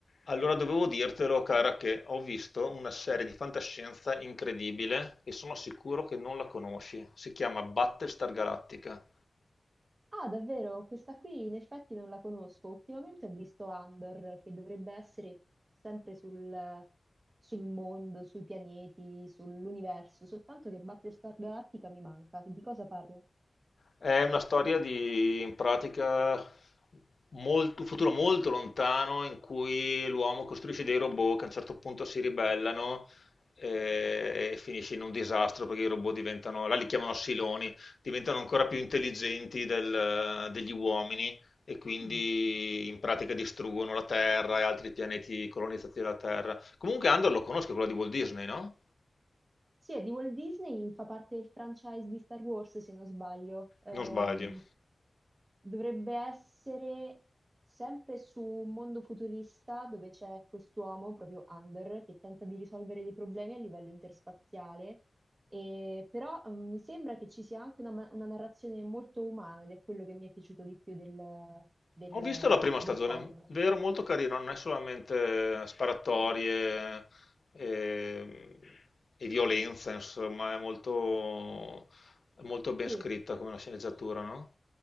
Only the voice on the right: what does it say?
Ah, davvero? Questa qui in effetti non la conosco. Ultimamente ho visto Andor, che dovrebbe essere sempre sul, sul mondo, sui pianeti, sull'universo, soltanto che Battlestar Galactica mi manca. Di cosa parla?
Mm.
Sì, è di Walt Disney, fa parte del franchise di Star Wars, se non sbaglio. Ehm,
dovrebbe essere sempre su un mondo futurista dove c'è quest'uomo, proprio Under, che tenta di risolvere dei problemi a livello interspaziale. E, però eh, mi sembra che ci sia anche una, ma- una narrazione molto umana ed è quello che mi è piaciuto di più del, del-
del
format,
diciamo.
Sì.